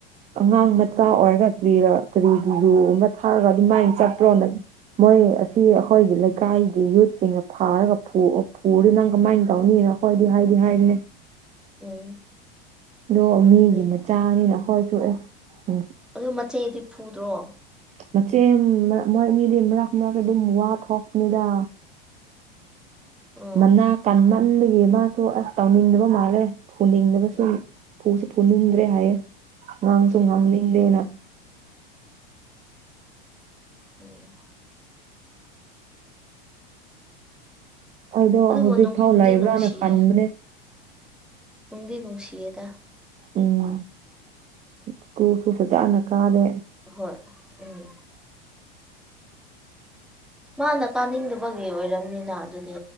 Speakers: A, on the right (about 25°); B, in the centre.
A: ꯑꯉꯥꯡ ꯃꯆꯥ ꯑꯣꯏꯔꯒ ꯀꯔꯤꯔ ꯀꯔꯤꯒꯤ ꯌꯨ ꯑꯃ ꯊꯥꯛꯑꯒ ꯑꯗꯨ ꯃꯥꯏꯅ ꯆꯠꯄ꯭ꯔꯣꯅ ꯃꯣꯏ ꯑꯁꯤ ꯑꯩꯈꯣꯏꯒꯤ ꯂꯩꯀꯥꯏꯒꯤ ꯌꯨꯠꯁꯤꯡꯅ ꯐꯥꯔꯒ ꯐꯨꯔꯗꯤ ꯅꯪ ꯀꯃꯥꯏꯅ ꯇꯧꯅꯤ ꯅꯪ ꯈꯣꯢꯗꯤ ꯍꯥꯏꯗꯤ ꯍꯥꯏꯕꯅꯦ
B: ꯎꯝ
A: ꯑꯗꯣ
B: ꯑꯗꯨꯅꯦ
A: ꯃꯤꯒꯤ ꯃꯆꯥꯅꯤꯅ ꯑꯩꯈꯣꯏꯁꯨ ꯑꯦꯁ ꯎꯝ
B: ꯑꯗꯨ ꯃꯆꯦꯗꯤ ꯐꯨꯗ꯭ꯔꯣ
A: ꯃꯆꯦ ꯃꯔꯛ ꯃꯣꯏ ꯑꯅꯤꯗꯤ ꯃꯔꯛ ꯃꯔꯛꯇ ꯑꯗꯨꯝ ꯋꯥ ꯊꯣꯛꯄꯅꯤꯗ
B: ꯎꯝ
A: ꯃꯅꯥ ꯀꯟꯃꯟꯕꯒꯤ ꯃꯥꯁꯨ ꯑꯁ ꯇꯧꯅꯤꯡꯗꯕ ꯃꯥꯜꯂꯦ ꯐꯨꯅꯤꯡꯗꯕꯁꯨ
B: ꯎꯝ
A: ꯐꯨꯁꯨ ꯐꯨꯅꯤꯡꯗ꯭ꯔꯦ ꯍꯥꯏꯌꯦ ꯉꯥꯡꯁꯨ
B: ꯎꯝ
A: ꯉꯥꯡꯅꯤꯡꯗꯦꯅ
B: ꯎꯝ
A: ꯑꯗꯣ
B: ꯑꯗꯨꯕꯨ
A: ꯍꯧꯖꯤꯛ
B: ꯅꯨꯡꯗꯤ
A: ꯐꯥꯎ ꯂꯩꯕ꯭ꯔꯥꯅ
B: ꯅꯨꯡꯁꯤꯌꯦ
A: ꯈꯟꯕꯅꯦ
B: ꯅꯨꯡꯗꯤ ꯅꯨꯡꯁꯤꯌꯦꯗ
A: ꯎꯝ ꯁ꯭ꯀꯨꯜꯁꯨ ꯐꯖꯅ ꯀꯥꯔꯦ
B: ꯍꯣꯏ ꯎꯝ ꯃꯥꯅ ꯀꯥꯅꯤꯡꯗꯕꯒꯤ ꯑꯣꯏꯔꯝꯅꯤꯅ ꯑꯗꯨꯗꯤ